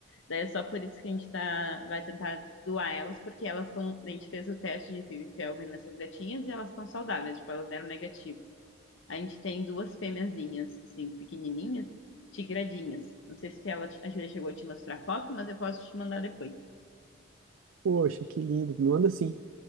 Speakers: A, on the left; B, on the right.
A: Daí é só por isso que a gente tá, vai tentar doar elas, porque elas estão. A gente fez o teste de Phoebe Felvin nessas gatinhas e elas estão saudáveis, tipo, elas deram negativo. A gente tem duas fêmeazinhas, assim, pequenininhas, tigradinhas. Não sei se ela, te- a Júlia chegou a te mostrar a foto, mas eu posso te mandar depois.
B: Poxa, que lindo, me manda sim.